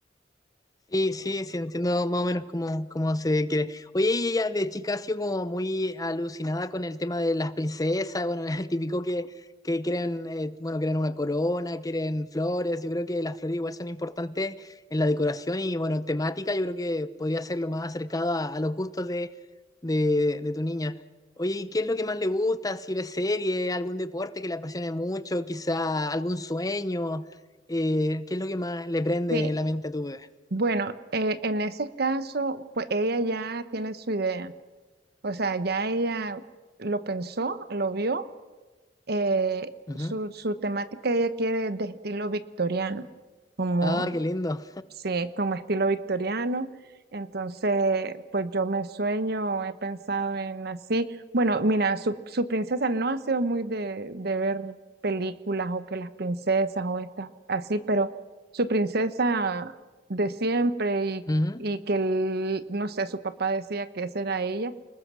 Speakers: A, on the left (about 20°); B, on the right (about 60°).
A: Sí, sí, sí, entiendo más o menos cómo, cómo se quiere. Oye, y ella de chica ha sido como muy alucinada con el tema de las princesas, bueno, <laughs> es el típico que, que quieren, eh, bueno, quieren una corona, quieren flores, yo creo que las flores igual son importantes en la decoración y, bueno, temática, yo creo que podría ser lo más acercado a, a los gustos de, de, de tu niña. Oye, ¿y ¿qué es lo que más le gusta? Si ve serie, algún deporte que le apasione mucho, quizá algún sueño, eh, ¿qué es lo que más le prende
B: Sí,
A: la mente a tu bebé?
B: bueno, eh, en ese caso, pues ella ya tiene su idea, o sea, ya ella lo pensó, lo vio eh,
A: Ujú.
B: su, su temática ella quiere de estilo victoriano, como,
A: Ah, qué lindo.
B: sí, como estilo victoriano. Entonces, pues yo me sueño, he pensado en así. Bueno, mira, su, su princesa no ha sido muy de, de ver películas o que las princesas o estas así, pero su princesa de siempre y,
A: Ujú.
B: y que, el- no sé, su papá decía que esa era ella,